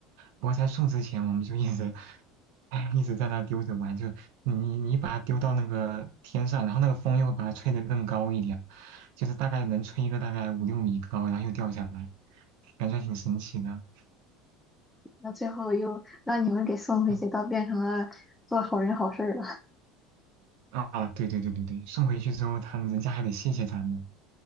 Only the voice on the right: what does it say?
不过在送之前，我们就一直，哎，一直在那丢着玩，就你你你把它丢到那个天上，然后那个风又会把它吹得更高一点，就是大概能吹一个大概五六米高，然后又掉下来，感觉还挺神奇的。
嗯
啊，对对对对对，送回去之后，他们人家还得谢谢咱们。